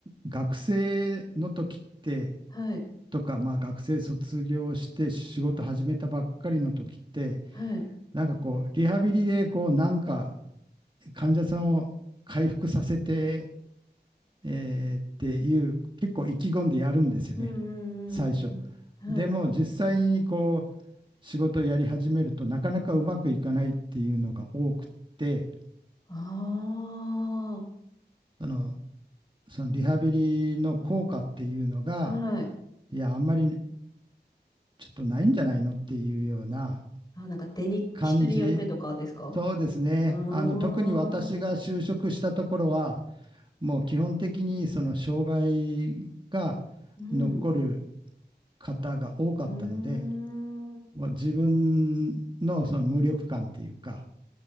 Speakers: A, on the right; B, on the left.
A: 学生の時って、
B: はい、
A: とか、まあ学生卒業して仕事始めたばっかりの時って、
B: はい。
A: なんかこう、リハビリでこう、なんか患者さんを回復させてえーっていう、結構意気込んでやるんですよね、
B: うん、うん、
A: 最初。
B: うんうん。
A: でも実際にこう、
B: はい。
A: 仕事をやり始めるとなかなかうまくいかないっていうのが多くって、
B: あ
A: その、そのリハビリの効果っていうのが、
B: あ、はい。
A: いや、あんまりちょっとないんじゃないのっていうような
B: あ、なんか出に、
A: 感じ。
B: 人によってとかですか
A: そうですね。
B: ああー、
A: あの、特に私が就職したところは、もう基本的にその障害が残る
B: うん、
A: 方が多かったので、
B: うーん。
A: もう自分のその無力感っていうか、